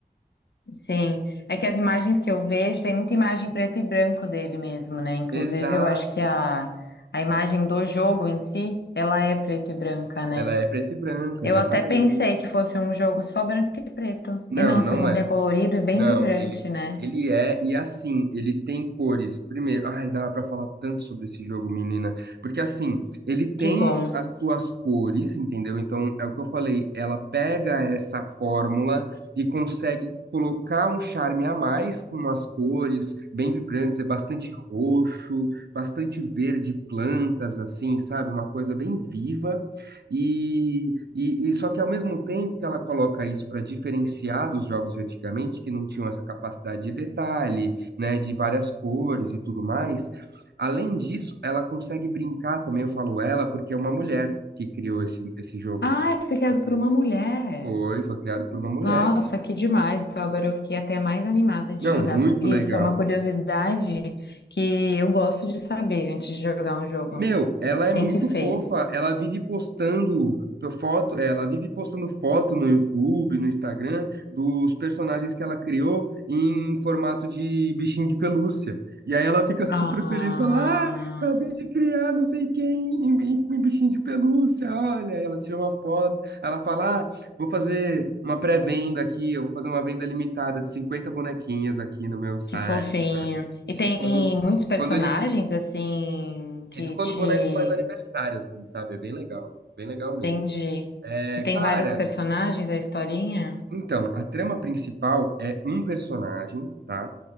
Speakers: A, on the left (about 80°); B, on the right (about 75°).
A: Sim, é que as imagens que eu vejo, tem muita imagem preto e branco dele mesmo, né? Inclusive,
B: Exato.
A: eu acho que a, a imagem do jogo em si, ela é preto e branca, né?
B: Ela é preto e branco,
A: Eu
B: exatamente.
A: até pensei que fosse um jogo só branco e preto.
B: Não,
A: E não,
B: não
A: você tá falando
B: é.
A: que é colorido e bem
B: Não,
A: vibrante,
B: ele,
A: né?
B: ele é, e é assim, ele tem cores. Primeiro, ai, dava pra falar tanto sobre esse jogo, menina. Porque assim, ele tem
A: Que bom.
B: as suas cores, entendeu? Então, é o que eu falei, ela pega essa fórmula e consegue colocar um charme a mais com as cores bem vibrantes, é bastante roxo, bastante verde, plantas, assim, sabe? Uma coisa bem viva. E, e, e só que ao mesmo tempo que ela coloca isso para diferenciar dos jogos de antigamente, que não tinham essa capacidade de detalhe, né, de várias cores e tudo mais, além disso, ela consegue brincar também, eu falo ela, porque é uma mulher que criou esse, esse jogo,
A: Ah,
B: não sei se
A: foi criado
B: você sabia.
A: por uma mulher.
B: Foi, foi criado por uma mulher.
A: Nossa, que demais. Então agora eu fiquei até mais animada de
B: Não,
A: jogar,
B: muito
A: sabia?
B: legal.
A: Isso é uma curiosidade que eu gosto de saber antes de jogar um jogo.
B: Meu, ela é
A: Quem
B: muito
A: que fez?
B: fofa, ela vive postando foto, é, ela vive postando foto no YouTube, no Instagram, dos personagens que ela criou em formato de bichinho de pelúcia. E aí ela fica super
A: Ah,
B: feliz, fala, ah, acabei de criar não sei quem em, em- em bichinho de pelúcia, olha, aí ela tira uma foto, ela fala, ah, vou fazer uma pré-venda aqui, eu vou fazer uma venda limitada de 50 bonequinhos aqui no meu site,
A: que fofinho.
B: sabe?
A: E
B: Isso
A: tem
B: quando...
A: muitos personagens
B: Quando ele
A: assim que
B: isso quando
A: te
B: o boneco faz aniversário, assim, sabe? É bem legal. Bem legal mesmo.
A: entendi.
B: É,
A: E tem
B: cara,
A: vários personagens a historinha?
B: então, a trama principal é um personagem, tá?